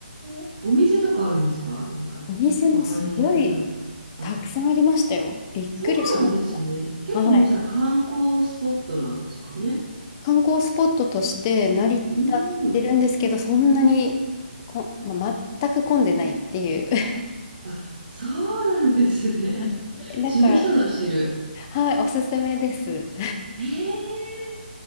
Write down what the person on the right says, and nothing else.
え。お店とかあるんですかなんか、
ご飯屋さんとか。あ、
そうなんですね。結構もうじゃあ観光スポットなんですかね。
うーん。
あ、そうなんですね。
知る人ぞ知る。
えー、